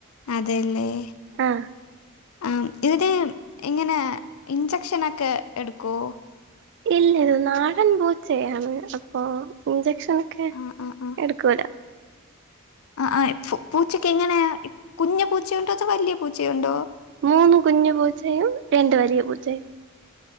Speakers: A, on the left; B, on the right.
A: അതേല്ലേ
B: ആ
A: ആഹ് ഇതിന് ഇങ്ങനെ ഇൻഞ്ചെക്ഷ നൊക്കെ എടുക്കോ?
B: ഇല്ല ഇത് നാടൻ പൂച്ചയ്യാണ് അപ്പോ ഇഞ്ചക്ഷൻ ഒക്കെ
A: ആ ആ ആ
B: എടുക്കൂല
A: ആ പൂച്ചക്കിങ്ങനെ കുഞ്ഞു പൂച്ച ഉണ്ടോ അതോ വലിയ പൂച്ച ഉണ്ടോ?
B: മൂന്ന് കുഞ്ഞു പൂച്ചയും രണ്ട് വലിയ പൂച്ചയും.